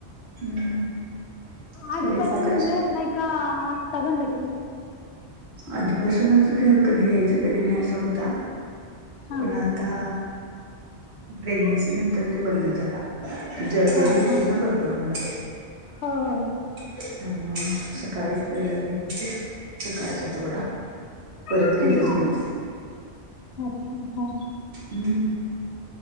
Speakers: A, on the right (about 70°); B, on the left (about 75°).
A: हम्म. स्वयंपाकाच
B: आधी पसूनच घेत नाही का आत्ता बंद केलं?
A: आधीपासूनच घे कधी घ्यायचं कधी नाही असं होत. आता
B: हा
A: पण आता प्रेग्नेन्सी नंतर तो बंदच झाला जळजळत
B: हा
A: होत
B: हा हा
A: ना भरपूर मला.
B: हो, हो.
A: त्यामुळे सकाळीच पहिलाच घेत होते सकाळचा तेवढा परत
B: हम्म,
A: घेतच नव्हती.
B: अच्छा हा.
A: हम्म